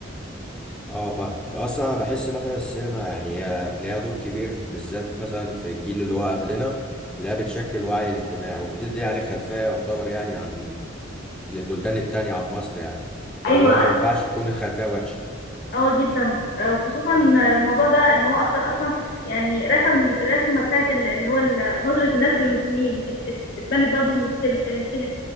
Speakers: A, in the centre; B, on the left.
A: اه فاهم اصلا انا بحس مثلا السينما يعني هي ليها دور كبير بالذات مثلا في الجيل اللي هو قبلنا اللي هي بتشكل الوعي الاجتماعي وبتدي يعني خلفية يعتبر يعني عن البلدان التانية عن مصر يعني فاللي
B: ايوه
A: هو ما ينفعش يكون الخلفية وحشة
B: اه جدا آه، وخصوصا الموضوع ده ان هو اثر اصلا يعني رسم الرسمه بتاعت ال- اللي هو ال- نظره الناس للمسلمين ات- ات- اتبنت برضو من السين- السينما